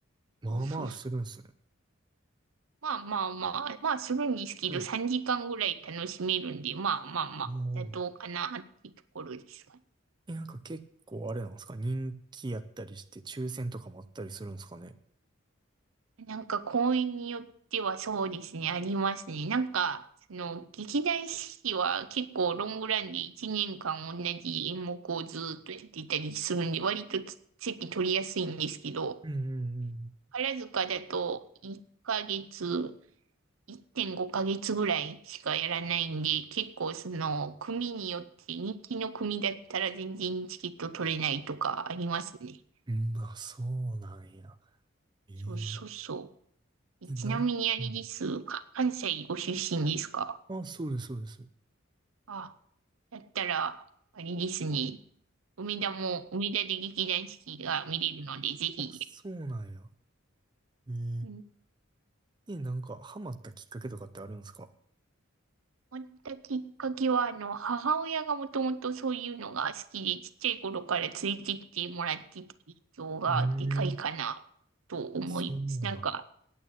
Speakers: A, on the right; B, on the right.
A: まあまあするんですね。
B: そうそうそう。まあまあまあ、まあするんですけど、
A: うん。
B: 3時間ぐらい楽しめるんで、まあまあまあ、
A: おお。
B: 妥当かなっていうところですかね
A: え、なんか結構あれなんですか人気やったりして、抽選とかもあったりするんですかね
B: なんか公演によってはそうですね、ありますね。なんか、その、劇団四季は結構ロングランで1年間同じ演目をずっとやっていたりするんで、割とつ席取りやすいんですけど、
A: うんうん
B: 宝塚だと1ヶ月、1.5ヶ月ぐらいしかやらないんで、結構その、組によって人気の組だったら全然チケット取れないとかありますね。
A: うん。うん、あ、そうなんや。ええ
B: そうそうそう。えちなみにあれですか、
A: え、なん、うん。
B: 関西ご出身ですか
A: あ、そうです、そうです。
B: あ、だったら、あれですね、梅田も、梅田で劇団四季が見れるので、ぜひ。
A: あ、そうなんや。ええ
B: うん
A: え、なんか、ハマったきっかけとかってあるんですか
B: 終わったきっかけは、あの、母親がもともとそういうのが好きで、ちっちゃい頃からついてってもらってた影響がでかいかなと思います。
A: うーん。そうなん。
B: なんか、